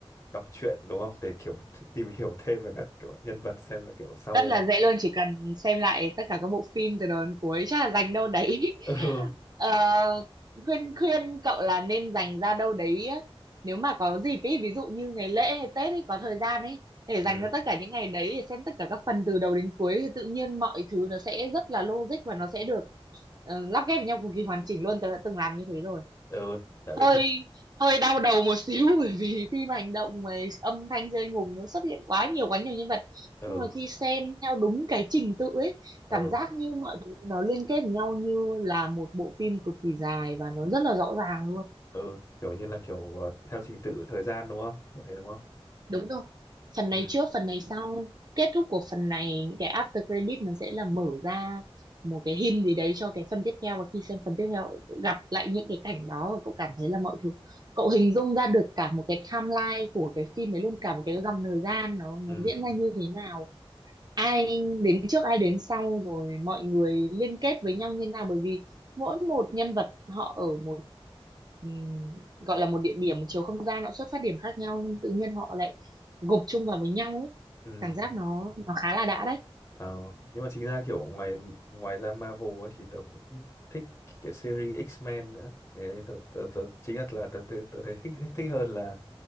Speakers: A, on the left; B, on the right.
A: đọc truyện đúng không để kiểu tìm hiểu thêm về các kiểu nhân vật xem là kiểu sau
B: rất là dễ luôn chỉ cần xem lại tất cả các bộ phim từ đầu đến cuối chắc là dành đâu đấy <laughs>
A: <laughs> ừ
B: Ờ, khuyên khuyên cậu là nên dành ra đâu đấy á. nếu mà có dịp ý ví dụ như ngày lễ hay Tết ấy có thời gian ấy để
A: ừ
B: dành ra tất cả những ngày đấy để xem tất cả các phần từ đầu đến cuối thì tự nhiên mọi thứ nó sẽ rất là logic và nó sẽ được ờ, lắp ghép với nhau cực kỳ hoàn chỉnh luôn tớ đã từng làm như thế rồi
A: ừ tại vì
B: hơi
A: thỉnh
B: hơi đau đầu một <laughs> xíu bởi vì khi mà hành động mà âm thanh rơi ngùng nó xuất hiện quá nhiều quá nhiều nhân vật
A: ừ
B: nhưng mà khi xen theo đúng cái trình tự ấy cảm
A: ừ
B: giác như mọi thứ nó liên kết với nhau như là một bộ phim cực kỳ dài và nó rất là rõ ràng luôn
A: ừ kiểu như là kiểu ờ, theo trình tự thời gian đúng không kiểu thế đúng không
B: đúng rồi phần
A: ừ
B: này trước phần này sau kết thúc của phần này cái after credit nó sẽ là mở ra một cái hint gì đấy cho cái phần tiếp theo và khi xem phần tiếp theo cậu gặp lại những cái cảnh đó và cậu cảm thấy là mọi thứ cậu hình dung ra được cả một cái timeline của cái phim đấy luôn cả một cái dòng thời gian nó nó
A: ừ
B: diễn
A: ừ
B: ra như thế nào ai trước ai đến sau rồi mọi người liên kết với nhau như nào bởi vì mỗi một nhân vật họ ở một ừm, gọi là một địa điểm một chiều không gian họ xuất phát điểm khác nhau nhưng tự nhiên họ lại gộp chung vào với nhau ấy
A: ừ.
B: cảm giác nó nó khá là đã đấy
A: Ờ, nhưng mà chính ra kiểu ngoài ngoài ra Marvel ấy thì tớ cũng thích cái series X-Men nữa cái đấy tớ, tớ, tớ chính là là tớ, tớ, tớ thấy thích thích hơn là